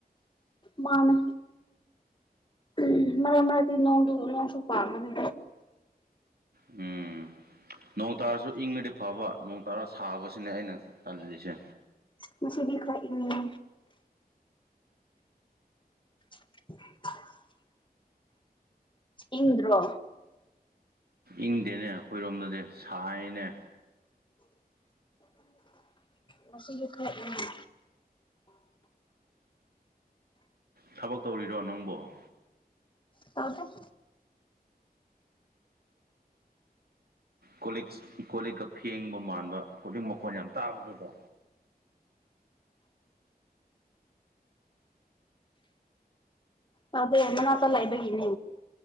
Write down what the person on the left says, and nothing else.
ꯃꯥꯅꯦ ꯑꯨꯝ ꯃꯥ ꯃꯗꯤ ꯅꯣꯡꯗꯨ ꯅꯣꯡꯁꯨ ꯄꯥꯝꯕꯅꯦ
ꯉꯁꯤꯗꯤ ꯈ ꯏꯪꯉꯦ <inaudible> ꯏꯪꯗ꯭ꯔꯣ
ꯉꯁꯤꯗꯤ ꯀꯥ ꯏꯪꯉꯤ
ꯇꯗꯨꯛ
ꯄꯕꯦ ꯃꯅꯥꯛꯇ ꯂꯩꯥꯏꯕꯒꯤꯅꯦ